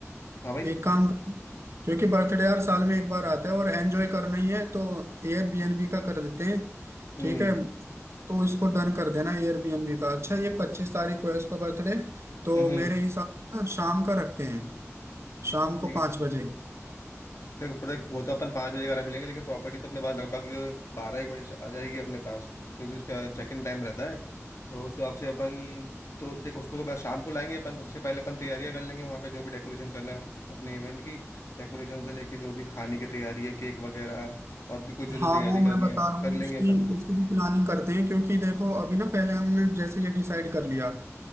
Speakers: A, on the left; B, on the right.
A: हाँ भाई
B: एक काम कर क्योंकि बर्थडे यार साल में एक बार आता है और एंजॉय करना ही है तो एयरबीएनबी का कर देते हैं
A: हम्म
B: ठीक है तो इसको डन कर देना एयरबीएनबी का अच्छा ये पच्चीस तारीख को है उसका बर्थडे तो
A: हम्म
B: मेरे हिसाब से ना शाम का रखते हैं शाम
A: ठीक
B: को पाँच
A: है
B: बजे
A: देख देख वो तो अपन पाँच बजे का रख लेंगे लेकिन प्रॉपर्टी तो अपने पास लगभग बारह एक बजे से आ जाएगी अपने पास जो भी उसका चेक इन टाइम रहता है तो उस हिसाब से अपन तो देख उसको तो बस शाम को लाएंगे अपन उससे पहले अपन तैयारियां कर लेंगे वहाँ पे जो भी डेकोरेशन करना है उस- अपने इवेंट की डेकोरेशन से लेके जो भी खाने की तैयारी है केक वगैरह और भी कुछ जो जो
B: हाँ
A: तैयारी
B: वो
A: करनी
B: मैं बता
A: है वो सब
B: रहा
A: कर
B: हूँ
A: लेंगे
B: उसकी
A: अपन
B: उसकी भी प्लानिंग करते हैं क्योंकि देखो अभी ना पहले हमने जैसे ये डिसाइड कर लिया अ,